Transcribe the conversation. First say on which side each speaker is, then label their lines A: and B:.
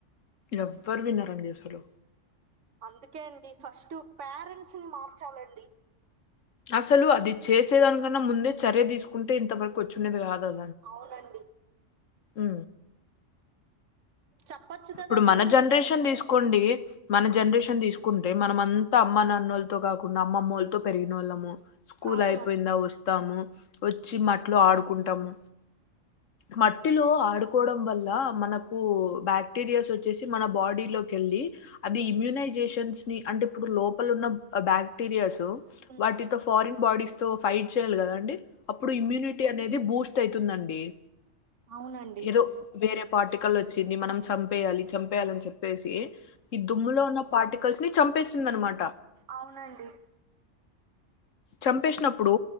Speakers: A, on the left; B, on the right.
A: ఎవ్వర్ వినరండి అసలు
B: అందుకే అండి ఫస్ట్ పేరెంట్స్ ని మార్చాలండి
A: అసలు అది చేసేదానికన్నా ముందే చర్య తీసుకుంటే ఇంతవరకు వచ్చుండేది కాదద
B: అవునండి
A: ఉ
B: చెప్పొచ్చు కదండి
A: ఇప్పుడు మన జనరేషన్ తీసుకోండి మన జనరేషన్ తీసుకో కుంటే మనం అంత అమ్మ నాన్నోళ్లతో కాకుండా అమ్మమ్మోళ్లతో పెరిగినోళ్ళము స్కూల్
B: అవును
A: అయిపోయిందా వస్తాము వచ్చి మట్లో ఆడుకుంటాము మట్టిలో ఆడుకోవడం వల్ల మనకు బ్యాట్ క్టీరియాస్ వచ్చేసి మన బాడీలోకెళ్ళి అది ఇమ్యూనైజేషన్స్ ని అంటే ఇప్పుడు లోపల ఉన్న ఆ బ్యా క్టీరియాస్
B: ఉమ్,
A: వాటితో ఫారిన్ బాడీస్ తో ఫైట్ చేయాలి కదా అండి అప్పుడు ఇమ్యూనిట్ టీ అనేది బూస్ట్ అయితుందండి
B: అవునండి
A: ఏదో వేరే పార్టికల్ వచ్చింది మనం సం పేయాలి చంపేయాలని చెప్పేసి ఈ దుమ్ములో ఉన్న పార్టికల్స్ ని చంపేస్తుంది అనమాట
B: అవునండి
A: చంపేసినప్పుడు